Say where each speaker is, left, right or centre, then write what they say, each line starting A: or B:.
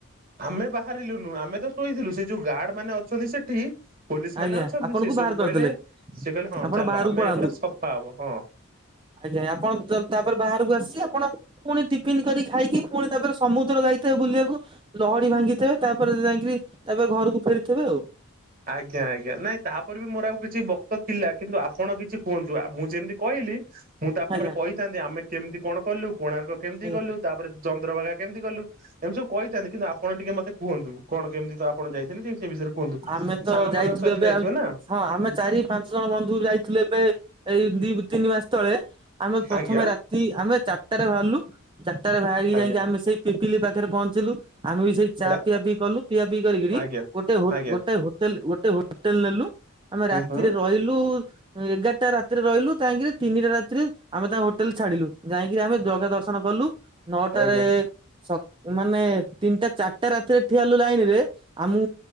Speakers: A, on the right; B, on the right.
A: ଆମେ ବାହାରିଲୁନୁ ଆମେ ତ ଶୋଇଥିଲୁ। ସେ ଯୋଉ ଗାର୍ଡ ମାନେ ଅଛନ୍ତି ସେଠି ପୋଲିସ
B: ଆଜ୍ଞା
A: ମାନେ ଅଛନ୍ତି
B: ଆପଣଙ୍କୁ
A: ସେ ସବୁ
B: ବାହାର କରିଦେଲେ
A: କହିଲେ ସେ କହିଲେ ହଁ
B: ଆପଣ
A: ଚାଲ
B: ବାହାରକୁ
A: ଆମେ
B: ପଳାନ୍ତୁ
A: ଏଗୁରା ସଫା ହବ ହଁ
B: ଆଜ୍ଞା ଆପଣ ତ ତାପରେ ବାହାରକୁ ଆସି ଆପଣ ପୁଣି ଟିଫିନ କରି ଖାଇକି ପୁଣି ତାପରେ ସମୁଦ୍ର ଯାଇଥାଏ ବୁଲିବାକୁ। ଲହଡି ଭାଙ୍ଗିଥିବେ ତାପରେ ଯାଇକିରି ତାପରେ ଘରକୁ ଫେରିଥିବେ ଆଉ।
A: ଆଜ୍ଞା ଆଜ୍ଞା ନାଇଁ ତାପରେ ବି ମୋର ଆଉ କିଛି ବକ୍ତ ଥିଲା କିନ୍ତୁ ଆପଣ କିଛି କୁହନ୍ତୁ ଆ ମୁଁ ଯେମିତି କହିଲି ମୁଁ ତାପରେ
B: ଆଜ୍ଞା
A: କହିଥାନ୍ତି ଆମେ କେମିତି କଣ କଲୁ କୋଣାର୍କ କେମିତି
B: ଆଜ୍ଞା
A: ଗଲୁ। ତାପରେ ଚନ୍ଦ୍ରଭାଘା କେମିତି ଗଲୁ ଏମିତି ସବୁ କହିଥାନ୍ତି କିନ୍ତୁ ଆପଣ ଟିକେ ମତେ କୁହନ୍ତୁ। କଣ କେମିତି ତ ଆପଣ ଯାଇଥିଲେ ଟ ସେ ବିଷୟରେ କୁହନ୍ତୁ
B: ଆମେ ତ
A: ସାଙ୍ଗମାନାଙ୍କ
B: ଯାଇଥିଲୁ
A: ସହିତ
B: ଏବେ
A: ଯାଇଥିବେ
B: ଆଉ
A: ନା।
B: ହଁ ଆମେ ଚାରି ପାଞ୍ଚ ଜଣ ବନ୍ଧୁ ଯାଇଥିଲୁ ଏବେ ଏଇ ଦି ତିନି ମାସ ତଳେ ଆମେ ପ୍ରଥମେ
A: ଆଜ୍ଞା
B: ରାତି ଆମେ ଚାରଟା ରେ ବାହାରିଲୁ ଚାରିଟରେ ବାହାରିକି
A: ଆଜ୍ଞା
B: ଯାଇକି ଆମେ ସେଇ ପିପିଲି ପାଖରେ ପହଞ୍ଚିଲୁ ଆମେ ବି ସେଇ ଚା
A: ରା
B: ପିଆ ପିଇ କଲୁ ପିଆ ପିଇ କରିକିରି
A: ଆଜ୍ଞା।
B: ଗୋଟେ ହୋ
A: ଆଜ୍ଞା
B: ଗୋଟ ହୋଟେଲ ଗୋଟେ ହୋଟେଲ ନେଲୁ ଆମେ
A: ହୁଁ
B: ରାତିରେ
A: ହୁଁ
B: ରହିଲୁ। ଏଗାରଟା ରାତିରେ ରହିଲୁ ତାହିଁକି ତିନିଟା ରାତିରେ ଆମେ ତାଙ୍କ ହୋଟେଲ ଛାଡିଲୁ। ଯାଇଁକିରି ଆମେ ଜଗା ଦର୍ଶନ କଲୁ ନଅଟାରେ
A: ଆଜ୍ଞା
B: ସକ୍ ମାନେ ତିନିଟା ଚାରିଟା ରାତିରେ ଠିଆ ହେଲୁ ଲାଇନ ରେ ଆମୁ